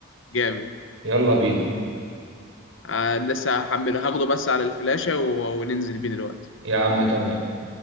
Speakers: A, on the left (about 70°); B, on the right (about 80°).
A: جامد
B: يلا بينا
A: آه، لسه هحمله هاخده بس على الفلاشة و- وننزل بيه دلوقتي
B: يا عم تمام